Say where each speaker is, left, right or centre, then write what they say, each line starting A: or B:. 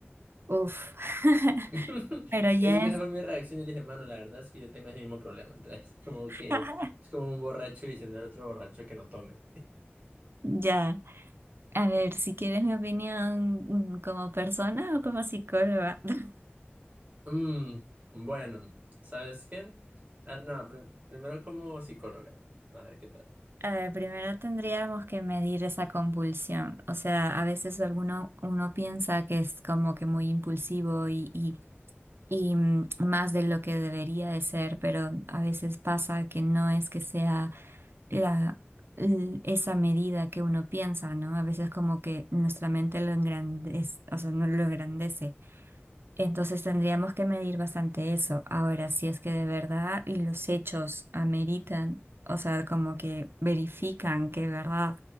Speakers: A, on the right; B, on the right.
A: uf. <laughs>
B: <laughs> Es
A: Pero ya
B: que esa
A: es,
B: fue mi reacción. Yo le dije, mano, la verdad es que yo tengo ese mismo problema. Entonces, <laughs> como que
A: <laughs>
B: es como un borracho diciendo al otro borracho que no tome.
A: ya. A ver, si quieres mi opinión mm, como persona o como psicóloga. <laughs>
B: Mm, bueno, ¿sabes qué? A ver, no, prim- primero como psicóloga. A ver qué tal.
A: A ver, primero tendríamos que medir esa compulsión. O sea, a veces alguno uno piensa que es como que muy impulsivo y, y y mm, más de lo que debería de ser, pero a veces pasa que no es que sea la, l- esa medida que uno piensa, ¿no? A veces como que nuestra mente lo engrandece, o sea, no lo engrandece. Entonces tendríamos que medir bastante eso. Ahora, si es que de verdad y los hechos ameritan, o sea, como que verifican que de verdad